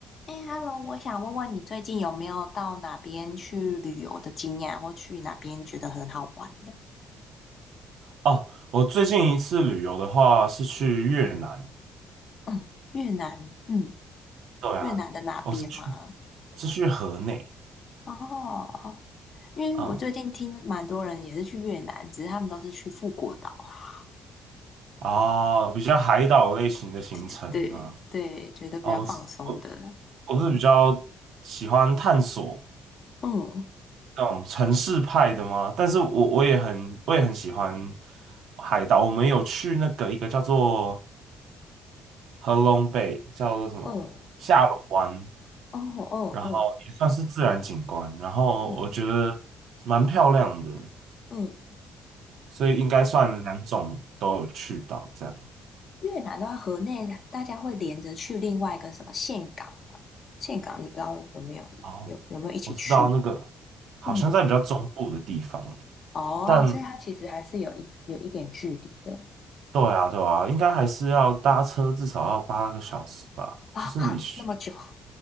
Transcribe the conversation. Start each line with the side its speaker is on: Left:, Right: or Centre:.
Left: 哎，Hello，我想问问你最近有没有到哪边去旅游的经验，或去哪边觉得很好玩的？
Right: 哦，我最近一次旅游的话是去越南，
Left: 嗯，越南，嗯，
Right: 对啊，
Left: 越南的哪边吗？
Right: 我是去我是去河内，
Left: 哦，因为我最近听蛮多人也是去越南，
Right: 嗯，
Left: 只是他们都是去富国岛啊。
Right: 啊，比较海岛类型的行程啊，
Left: 对对对对，觉得比较放松的。
Right: 哦，我是我我是比较喜欢探索
Left: 嗯
Right: 那种城市派的嘛，但是我我也很我也很喜欢海岛，我们有去那个一个叫做合龙贝，叫做什么下龙湾，
Left: 嗯，哦哦哦，
Right: 然后也算是自然景观，然后我觉得蛮漂亮的。
Left: 嗯嗯，
Right: 所以应该算两种都有去到这样。
Left: 越南的话，河内大家会连着去另外一个什么岘港嘛？岘港你不知道有没有一有有没有一起去？
Right: 哦，我知道那个好像在比较中部的地方，
Left: 嗯，哦，
Right: 但
Left: 所以它其实还是有一有一点距离的
Right: 对啊对啊，应该还是要搭车至少要八个小时吧，
Left: 啊哈，
Right: 就是你需
Left: 那么久，